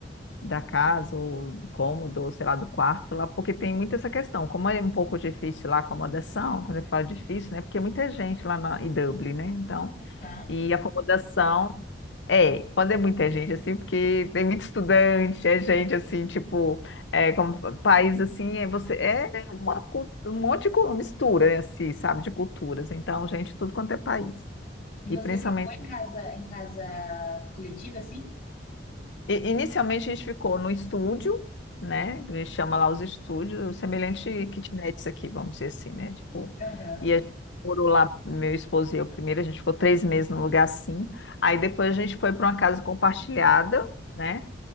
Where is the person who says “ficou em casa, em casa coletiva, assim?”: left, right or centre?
Left